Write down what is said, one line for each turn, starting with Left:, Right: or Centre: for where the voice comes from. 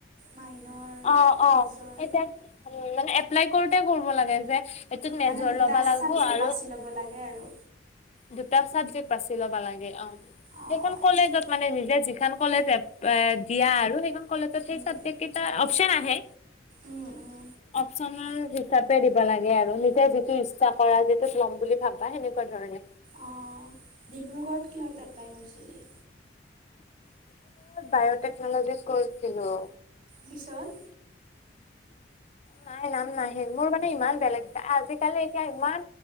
Right: মাইনৰ
Left: অ অ
Right: মেজৰ
Left: এতিয়া উ মানে এপলাই কৰোতে কৰিব লাগে যে এইটোত মেজৰ
Right: মানে দুটা
Left: ল'বা লাগিব
Right: চাবজেক্ট
Left: আৰু
Right: বাছি ল'ব লাগে আৰু
Left: দুটা চাবজেক্ট পাছি ল'বা লাগে অ
Right: অঁ
Left: সেইখন
Right: আচ্ছা
Left: কলেজত মানে নিজে যিখন কলেজ দিয়া আৰু সেইখন কলেজত সেই
Right: উম
Left: চাবজেকক্ট অপচন আহে
Right: উম উম
Left: অপচনৰ‌ হিচাপে‌ দিব লাগে আৰু নিজে যিতো‌ ইচ্ছা কৰা যিটোত লয় বুলি ভাবা সেনেকুৱা ধৰনে
Right: অ ডিব্ৰুগড়ত কিহঁত এপ্লাই কৰিছিলি
Left: ডিব্ৰুগড়ত বায়'টেকনলজিত কৰিছিলোঁ।
Right: পিছত
Left: নাই নাম নাহিল মোৰ মানে ইমান বেলেগ আজিকালি এতিয়া ইমান